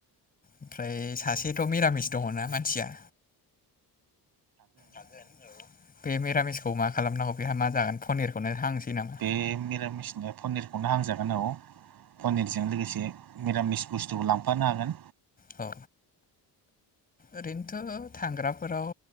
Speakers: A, on the left; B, on the right.
A: ओमफ्राय सासेथ' मिरामिस दङना मानसिया। थागोन औ बे मिरामिसखौ मा खालामनांगौ बेहा मा जागोन पनिरखौनो हांनोसै नामा?
B: बे मिरामिसनो बे पनिरखौनो हांजागोन औ। पनिरजों लोगोसे मिरामिस बुस्थुबो लांफानो हागोन।
A: औ ओरैनोथ' थांग्राफोराव